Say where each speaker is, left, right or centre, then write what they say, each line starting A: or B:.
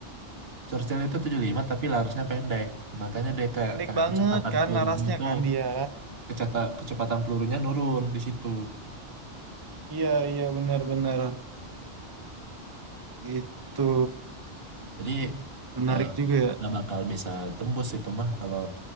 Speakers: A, on the right; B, on the right.
A: Churchill itu 75 tapi larasnya pendek. Makanya dia kayak,
B: Pendek
A: kayak
B: banget
A: kecepatan
B: kan
A: pelurunya
B: larasnya
A: itu
B: kan dia.
A: keceta, kecepatan pelurunya nurun di situ.
B: Iya, iya benar-benar. Itu
A: Jadi
B: menarik
A: eh,
B: juga ya.
A: nggak bakal bisa tembus itu mah kalau